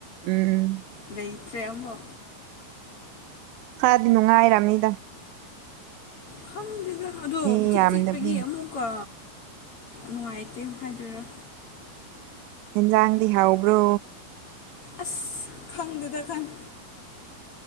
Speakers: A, on the right; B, on the left.
A: ꯎꯝ
B: ꯂꯩꯇ꯭ꯔꯦ ꯑꯝꯕꯧ
A: ꯈꯔꯗꯤ ꯅꯨꯡꯉꯥꯏꯔꯝꯅꯤꯗ
B: ꯈꯪꯗꯦꯗ ꯑꯗꯣ
A: ꯃꯤ
B: ꯏꯆꯤꯛ
A: ꯌꯥꯝꯗꯕꯅꯤꯅ
B: ꯆꯤꯛꯄꯒꯤ ꯑꯃꯨꯛꯀ ꯅꯨꯡꯉꯥꯏꯇꯦ ꯍꯥꯏꯗꯣꯏꯔꯥ
A: ꯍꯤꯟꯖꯥꯡꯗꯤ ꯍꯥꯎꯕ꯭ꯔꯣ
B: ꯑꯁ ꯈꯪꯗ‌ꯦꯗ ꯈꯪ